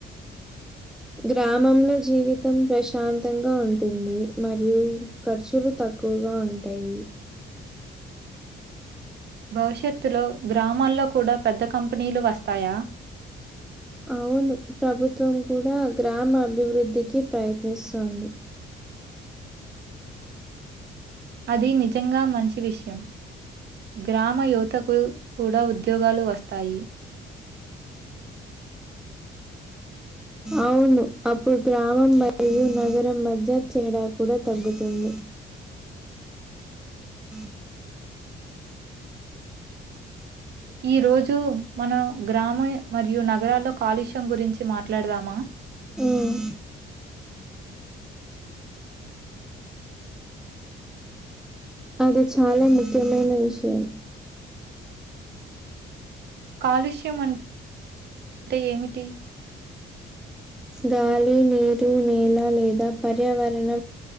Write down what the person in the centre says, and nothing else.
గ్రామంలో జీవితం ప్రశాంతంగా ఉంటుంది. మరియు ఖర్చులు తక్కువగా ఉంటయి.
అవును ప్రభుత్వం కూడా గ్రామ అభివృద్ధికి ప్రయత్నిస్తోంది.
అవును అప్పుడు గ్రామం మరియు నగరం మధ్య తెడా కూడా తగ్గుతుంది. హ
ఉమ్, అది చాలా ముఖ్యమైన విషయం.
గాలి, నీరు, నేల లేదా పర్యావరణ